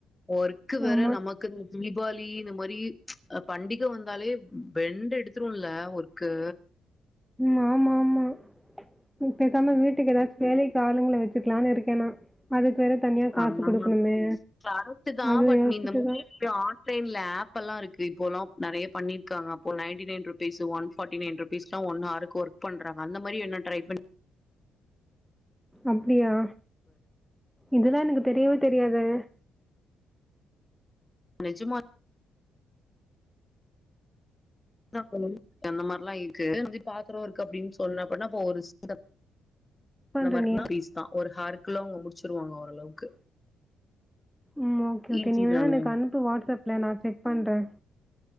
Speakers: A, on the left; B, in the centre.
A: ஒர்க்கு வேற
B: ஆமா.
A: நமக்கு தீபாவளி இந்த மாரி ம் ச் பண்டிகை வந்தாலே பெண்ட் எடுத்துருல ஒர்க்கு
B: ம் ஆமா ஆமா ம் பேசாம வீட்டுக்கு ஏதாச்சு வேலைக்கு ஆளுங்கள வெச்சுக்கலான்னு இருக்கே நா அதுக்கு வேற தனியா காசு
A: ஆமா
B: குடுக்கணுமே!
A: மா கரெக்ட்டு தா
B: அது
A: பட்
B: யோசிச்சுட்டு
A: நீ இந்த மாரி
B: தான்
A: ஆன்லைன்ல ஆப்பெலா இருக்கு இப்போல்லா நறைய பண்ணிருக்காங்க அப்போ ninety nine rupees one forty nine ருபீஸ்லா ஒன் ஆர்க்கு ஒர்க் பண்ணறாங்க அந்த மாரி என்ன ட்ரை பண்
B: அப்டியா இதுல்லா எனக்கு தெரியவே தெரியாதே
A: நெஜமா <unintelligible> அந்த மாரிலா இருக்கு அ பாத்திரம் இருக்கு அப்படினு சொன்ன அடின்னா அப்போ ஒரு ச
B: பண்ற
A: அந்த மார்னா
B: நீ?
A: ஃபிஸ்தா ஒரு ஹேர் அக்குள்ள அவுங்க முடிச்சிருவாங்க ஓரளவுக்கு
B: ம் ஓகே ஓகே
A: ஈஸி
B: நீ வேணா
A: தாங்க
B: எனக்கு அனுப்பு வாட்ஸ்அப்ல நான் செக் பண்றேன்